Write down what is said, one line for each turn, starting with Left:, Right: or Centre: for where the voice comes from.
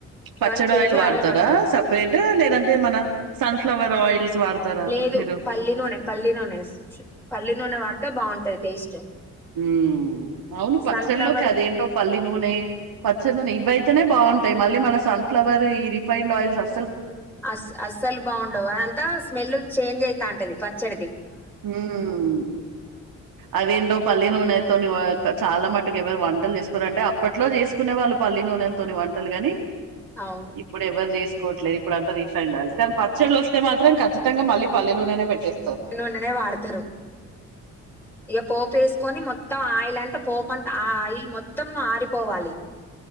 Right: పచ్చడి
Centre: వన్ కేజీ
Right: ఆయిల్ వాడతారా
Centre: పడతది
Right: సపరేట్ లేదంటే మన సన్ఫ్లవర్ ఆయిల్స్ వాడతారా
Centre: లేదు
Right: మీరు
Centre: పల్లి నూనె పల్లి నూనె పల్లి నూనె వాడితే బాగుం తే టేస్ట్
Right: ఊమ్ అవును పచ్చళ్లోకి
Centre: సన్ఫ్లవర్
Right: అదేంటో పల్లీ నూనె పచ్చ నూనె ఇవ్వై తే నే బావుంటాయి మళీ మన సన్ ఫ్లవర్ ఈ రిఫైండ్ ఆయిల్స్స్ వస్
Centre: అస్ అస్సలు బాగుండవు అంతా స్మెల్ చేంజ్ ఐతన్టది పచ్చడది
Right: ఊమ్ అదేంటో పల్లి నూనెతోని చాలా మటకు ఎవరు వంటలు చేసుకోర అంటే అప్పట్లో చేసుకునే వాళ్ళు పల్లీ నూనెలతోని వంటలుగాని
Centre: అవును
Right: ఇప్పుడు ఎవరు చేసుకోవట్లేదు ఇప్పుడంతా రిఫైడ్ ఆయిల్ కానీ పచ్చళ్ళ వస్తె మాత్రం కచ్చి ఖతంగా మళ్ళీ పల్లినూనేనే పెటిస్తారు
Centre: నేనే వాడతారు ఇక పోపు వేసుకొని మొత్తం ఆయిలంతా పోప అంత ఆ అయిల్ మొత్త మొత్తం ఆరిపోవాలి